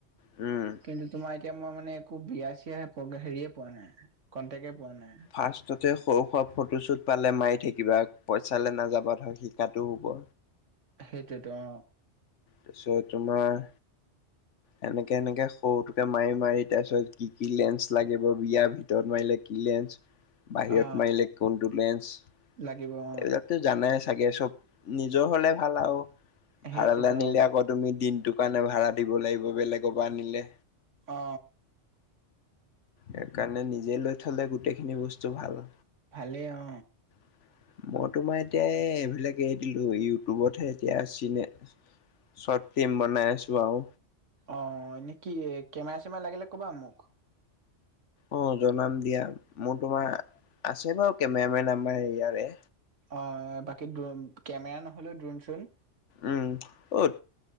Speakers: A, on the left; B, on the right.
A: উম।
B: কিন্তু তোমাৰ এতিয়া মই মানে একো বিয়া চিয়া হেৰিয়ে পোৱা নাই, কনটেকে পোৱা নাই।
A: ফাৰ্ষ্টতে সৰু সুৰা ফটোশ্বুট পালে মাৰি থাকিবা পইচালৈ নাযাবা ধৰ শিকাতো হ'ব।
B: সেইটোৱেত অ।
A: তাছত তোমাৰ সেনেকে সেনেকে সৰুটোকে মাৰি মাৰি তাৰপিছত কি কি লেন্স লাগিব বিয়াৰ ভিতৰত মাৰিলে কি লেন্স বাহিৰত
B: অ
A: মাৰিলে কোনটো লেঞ্চ
B: লাগিব অ
A: এইবিলাকত জানে চাগে চব নিজৰ হলে ভাল আৰু ভাড়ালৈ
B: সেইটোতো
A: আনিলে
B: অ
A: আগত তুমি দিনটোৰ কাৰণে ভাড়া দিব লাগিব বেলেগৰ পৰা আনিলে।
B: অ।
A: সেকাৰণে নিজে লৈ থলে গোটেইখিনি বস্তু ভাল।
B: ভালে অ।
A: <inaudible> মই তোমাৰ এতিয়া এই এইবিলাক এৰি দিলো ইউটিউবতহে এতিয়া চিনে চৰ্ট ফিল্ম বনাই আছো আও।
B: অ এনে কি কেমেৰা চেমেৰা লাগিলে ক'বা মোক।
A: অ জনাম দিয়া মোৰ তোমাৰ
B: অ',
A: আছে বাৰু কেমেৰামেন আমাৰ ইয়াৰে।
B: অ বাকী ড্ৰোন কেমেৰা নহ'লেও ড্ৰোন চ্ৰোণ
A: উম অত